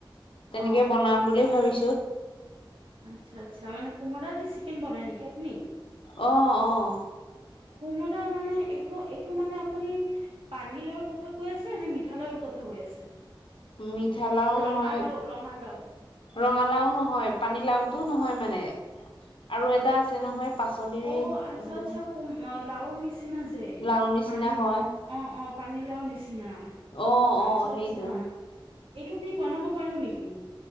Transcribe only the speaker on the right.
অ
আচ্ছা আচ্ছা মানে কোমোৰা দি চিকেন বনাই নেকি আপুনি
কোমৰা মানে এইটো টো মানে আপুনি পানী লাওৰ কথা কৈ আছে নে মিঠা লাও কথা কৈ আছে
ৰঙালাও ৰঙালাও
অহ আচ্ছা
আচ্ছা কোম লাওৰ নিচি নিচিনা যে
পানী
অ অ পানী লাও নিচিনা
আচ্ছা
আচ্ছা এইটো দি বনাব পাৰো নেকি?